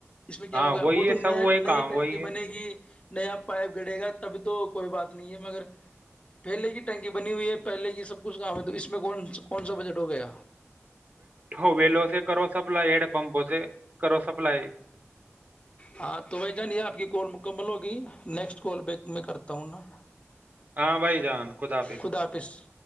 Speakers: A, on the left; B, on the right.
A: اس میں کیا
B: ہاں
A: ہوگا
B: وہی
A: وہ
B: ہے
A: تو نئے
B: سب وہی
A: نئے
B: کام
A: ٹک
B: وہی
A: کی
B: ہے
A: بنے گی نیا پائپ گڑے گا تب تو کوئی بات نہیں ہے مگر پھر لے کی ٹینکی بنی ہوئی ہے پہلے کی سب کچھ کام ہے تو اس میں کون کون سا بجٹ ہو گیا
B: ہو ول سے کرو سپلائی ہیڈ پمپوں سے کرو سپلائی
A: ہاں تو بھائی جانیے آپ کی کال مکمل ہوگئی نیکسٹ کال بیک میں کرتا ہوں نا
B: ہاں بھائی جان کد آپظ
A: خدا حافظ